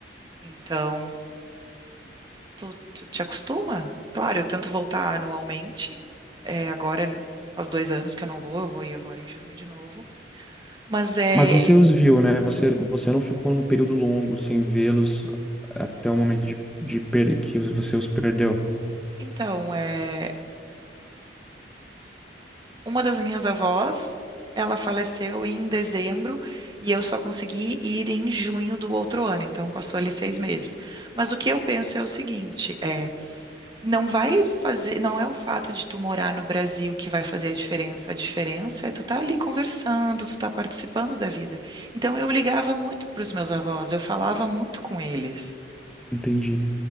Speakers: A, on the right; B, in the centre.
A: Então, tu, tu te acostuma? Claro, eu tento voltar anualmente. É, agora faz dois anos que eu não vou. Eu vou ir agora em junho de novo. Mas é,
B: Mas você os viu, né? Você, você não ficou um período longo sem vê-los até o momento de, de per que você os perdeu.
A: então, é. Uma das minhas avós, ela faleceu em dezembro e eu só consegui ir em junho do outro ano, então passou ali seis meses. Mas o que eu penso é o seguinte, é, não vai fazer, não é o fato de tu morar no Brasil que vai fazer a diferença. A diferença é tu tá ali conversando, tu tá participando da vida. Então eu ligava muito para os meus avós, eu falava muito com eles.
B: Entendi.